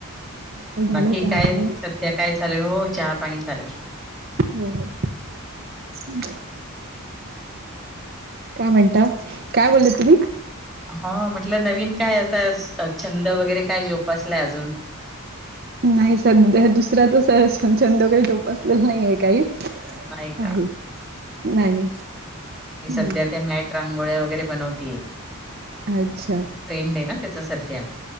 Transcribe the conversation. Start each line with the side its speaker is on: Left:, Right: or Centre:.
Right: हो झालं
Centre: बाकी
Right: चहा
Centre: काय
Right: पाणी.
Centre: सध्या काय चालय हो चाय पाणी चालय.
Right: हो हो. <unintelligible> काय म्हणता, काय बोलले तुम्ही?
Centre: हा म्हटलं नवीन काय असं छंद वगैरे काय? जोपासलाय अजून.
Right: नाही सध्या दुसरा तसं छंद काही झोपसलंच नाहीये काहीच.
Centre: नाही
Right: आहे.
Centre: का
Right: नाही
Centre: ती
Right: हम्म
Centre: सध्या त्या मॅट रांगोळ्या वगैरे बनवतीय
Right: अच्छा
Centre: ट्रेंड आहे ना त्याचा सध्या.